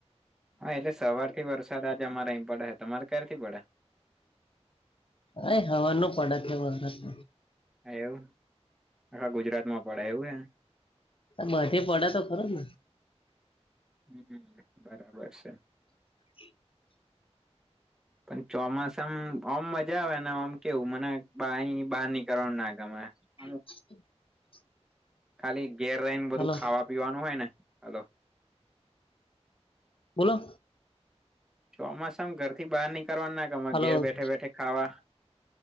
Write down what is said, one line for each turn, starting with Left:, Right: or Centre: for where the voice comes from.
Centre: હા એટલે સવાર થી વરસાદ આજ અમારે પડે તમારે ક્યારે થી પડે
Left: અય હવારનો પડે વરહાદ
Centre: એવું આખા ગુજરાત માં પડે એવું હે
Left: બઢે પડે તો ખરો ને
Centre: હમ્મ બરાબર છે
Left: <inaudible>
Centre: પણ ચોમાસામ ઓમ જ મજા આવેને આમ કેવું મને બહાર નીકળવાનું ના ગમે
Left: <inaudible>
Centre: અમુક ખાલી ઘેર રહી ને બધું
Left: હાલો
Centre: ખાવા પીવાનું હોય ને હલો
Left: બોલો
Centre: ચોમાસામાં ઘર થી બહાર નીકળવાનું ના ગમે
Left: હાલો
Centre: ઘેર બેઠે બેઠે ખાવા